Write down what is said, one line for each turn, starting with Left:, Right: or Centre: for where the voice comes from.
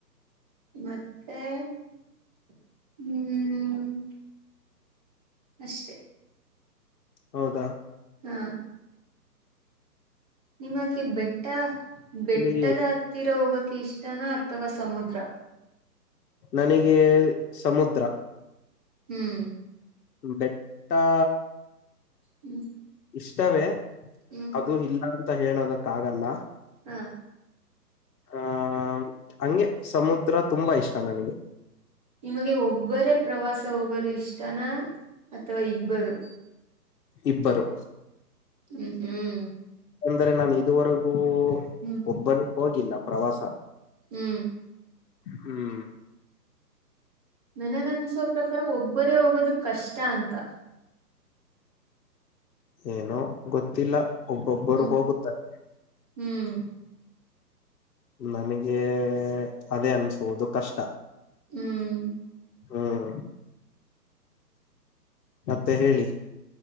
Right: ಮತ್ತೆ ಹ್ಮ್ ಹ್ಮ್ ಅಷ್ಟೇ
Left: ಹೌದಾ
Right: ಹಾ ನಿಮಗೆ ಬೆಟ್ಟ ಬೆಟ್ಟದ
Left: ಅಲ್ಲಿ
Right: ಹತ್ತಿರ ಹೋಗಕ್ಕೆ ಇಷ್ಟ ಟ್ಟನ ಅಥವಾ ಸಮುದ್ರ
Left: ನನಗೆ ಸಮುದ್ರ
Right: ಹ್ಮ್
Left: ಬೆಟ್ಟಾ
Right: ಹ್ಮ್
Left: ಇಷ್ಟವೇ
Right: ಹ್ಮ್
Left: ಅದು ಇಲ್ಲ ಹೇಳೋದಕ್ಕ ಆಗಲ್ಲ
Right: ಹಾ
Left: ಹಾ ಹಂಗೆ ಸಮುದ್ರ ತುಂಬಾ ಇಷ್ಟ ನನಗೆ
Right: ನಿಮಗೆ ಒಬ್ಬರೇ ಪ್ರವಾಸ ಹೋಗಲು ಇಷ್ಟನ ಅಥವಾ ಇಬ್ಬರು
Left: ಇಬ್ಬರು
Right: ಹ್ಮ್ ಹ್ಮ್
Left: ಅಂದ್ರೆ ನಾನನ್ ಇದುವರೆಗೂ
Right: ಹ್ಮ್
Left: ಒಬ್ಬಲ್ಲಿ ಹೋಗಿಲ್ಲ ಪ್ರವಾಸ
Right: ಹ್ಮ್
Left: ಹ್ಮ್
Right: ನನಗನ್ಸೋ ಪ್ರಕಾರ ಒಬ್ಬರೇ ಹೋಗೋದ ಕಷ್ಟ ಅಂತ
Left: ಏನೋ ಗೊತ್ತಿಲ್ಲ ಒಬ್ಬೊಬ್ಬರು
Right: ಹ್ಮ್
Left: ಹೋಗುತ್ತಾರೆ
Right: ಹ್ಮ್
Left: ನನಗೆ ಅದೇ ಅನ್ಸುದು ಕಷ್ಟ
Right: ಹ್ಮ್
Left: ಹ್ಮ್ ಮತ್ತೆ ಹೇಳಿ